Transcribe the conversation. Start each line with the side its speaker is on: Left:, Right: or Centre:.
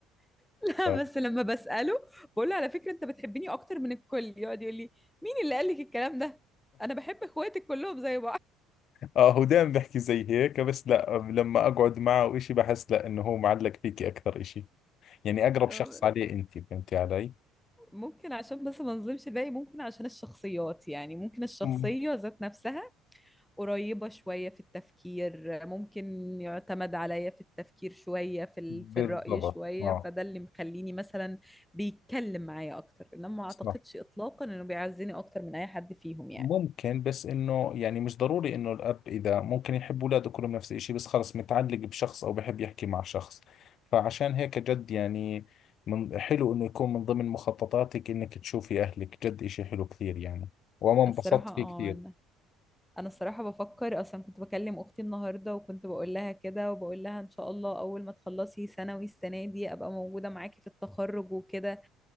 Centre: <laughs> لا
Left: ف-
Centre: بس لما بسأله بقول له على فكرة أنت بتحبني أكتر من الكل يقعد يقول لي مين اللي قال لك الكلام ده؟ أنا بحب إخواتك كلهم زي
Left: آه هو دائما بحكي زي هيك بس لا لما أقعد معه وإشي بحس لا إنه هو معلق فيكي أكثر إشي يعني أقرب
Centre: بعض
Left: شخص عليه أنت فهمتي علي؟
Centre: ممكن عشان بس ما نظلمش الباقي ممكن عشان الشخصيات يعني ممكن الشخصية
Left: مم.
Centre: ذات نفسها قريبة شوية في التفكير ممكن يعتمد عليا في التفكير شوية في ال...
Left: بالضبط
Centre: في الرأي شوية
Left: آه
Centre: فده اللي مخليني مثلا بيتكلم معايا أكتر إنما ما أعتقدش
Left: صح
Centre: إطلاقا إنه بيعزني أكتر من أي حد فيهم يعني
Left: ممكن بس انه يعني مش ضروري انه الاب اذا ممكن يحب اولاده كلهم نفس الشيء بس خلص متعلق بشخص او بحب يحكي مع شخص فعشان هيك جد يعني من حلو انه يكون من ضمن مخططاتك انك تشوفي اهلك جد اشي حلو كثير يعني وانا انبسطت
Centre: الصراحة
Left: فيه
Centre: اه
Left: كثير
Centre: انا الصراحه بفكر اصلا كنت بكلم اختي النهارده وكنت بقول لها كده وبقول لها ان شاء الله اول ما تخلصي ثانوي السنه دي ابقى موجوده معاكي في التخرج وكده